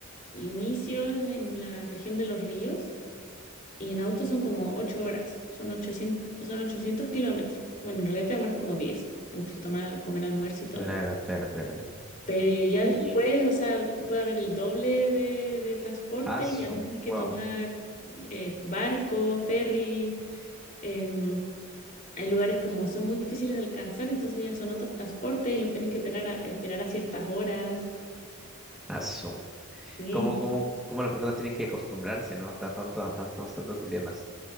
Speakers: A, on the left (about 40°); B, in the centre.
A: inicios en la región de Los Ríos, y en auto son como 8 horas, son 800, son 800 kilómetros. Bueno, en realidad te demoras como 10 entre tomar, al- comer almuerzo y todo.
B: Claro, claro, claro, claro.
A: Pero yo ya
B: Y
A: después, o sea, puede haber el doble de, de transporte
B: aso,
A: y además tienes
B: wow,
A: que tomar eh, barco, ferry. em, hay lugares como son muy difíciles de alcanzar, entonces ya son otros transportes y los tienes que esperar a, esperar a ciertas horas.
B: aso.
A: Sí,
B: ¿Cómo, cómo, cómo las personas tienen que acostumbrarse, ¿no? Tan- Tanto, a tantos, tantos dilemas.